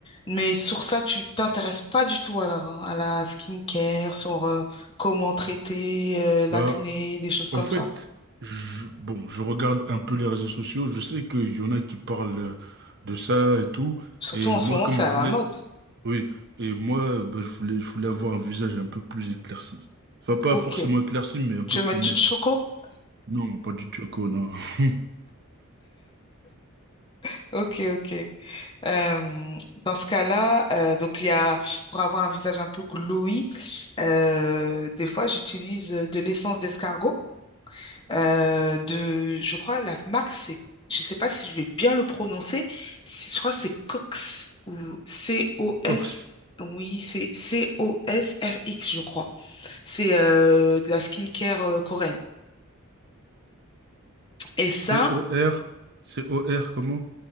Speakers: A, on the left (about 25°); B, on the right (about 50°).
A: Mais sur ça, tu t'intéresses pas du tout alors hein, à la skincare, sur euh, comment traiter euh, l'acné,
B: Bah,
A: des choses comme
B: En fait,
A: ça.
B: je, bon, je regarde un peu les réseaux sociaux. Je sais qu'il y en a qui parlent euh, de ça et tout.
A: Surtout
B: Et
A: en ce
B: moi,
A: moment,
B: comme
A: c'est à
B: je
A: la
B: voulais,
A: mode.
B: oui, et moi, bah, je voulais, je voulais avoir un visage un peu plus éclairci. Enfin, pas
A: Ok.
B: forcément éclairci, mais un
A: Tu
B: peu
A: veux
B: plus
A: mettre du
B: net.
A: choco?
B: Non, pas du choco, non. <laughs>
A: <laughs> Ok, ok. Euh, dans ce cas-là, euh, donc il y a pour avoir un visage un peu glowy, euh, des fois j'utilise euh, de l'essence d'escargot. euh, de, je crois la marque c'est, je sais pas si je vais bien le prononcer, si je crois que c'est Cox ou C-O-S.
B: Cox.
A: Oui, c'est C-O-S-R-X, je crois. C'est euh, de la skincare euh, coréenne. Et ça,
B: C-O-R. C-O-R, comment?